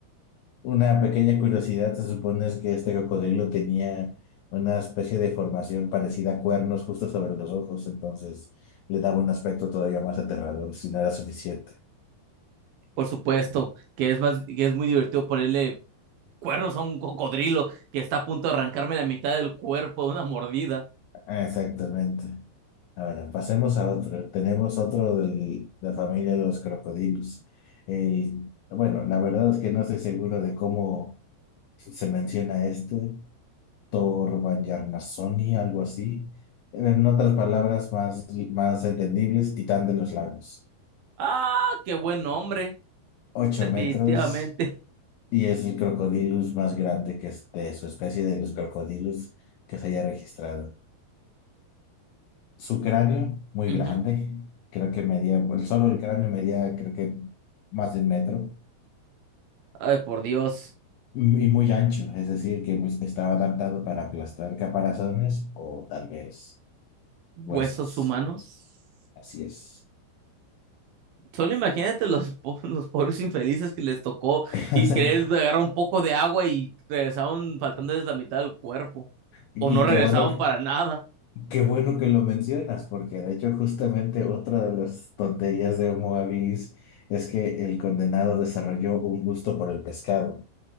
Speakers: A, on the left; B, on the right.
A: Una pequeña curiosidad se supone es que este cocodrilo tenía una especie de formación parecida a cuernos justo sobre los ojos, entonces le daba un aspecto todavía más aterrador, si no era suficiente.
B: por supuesto, que es más, que es muy divertido ponerle cuernos a un cocodrilo que está a punto de arrancarme la mitad del cuerpo de una mordida.
A: Ah, Exactamente. Ahora, pasemos a otro. Tenemos otro de la familia de los crocodilos. El- bueno, la verdad es que no estoy seguro de cómo se menciona este, Torbayarnasoni, algo así. En otras palabras más, más entendibles, titán de los lagos.
B: Ah, qué buen hombre.
A: Ocho
B: Definitivamente.
A: metros y es el crocodilus más grande que es de su especie de los crocodilus que se haya registrado. Su cráneo, muy
B: Ujú.
A: grande, creo que medía, el solo el cráneo medía, creo que más de un metro,
B: Ay, por Dios,
A: y muy ancho, es decir, que pues, estaba adaptado para aplastar caparazones o tal vez huesos.
B: huesos humanos.
A: Así es.
B: Solo imagínate los, <laughs> po- los pobres infelices que les tocó
A: <laughs>
B: y
A: O sea,
B: querer agarrar un poco de agua y regresaron faltando desde la mitad del cuerpo.
A: y
B: O no regresaron
A: qué bueno, que-
B: para nada.
A: qué bueno que lo mencionas, porque de hecho justamente otra de las tonterías de Homo habilis es que el condenado desarrolló un gusto por el pescado.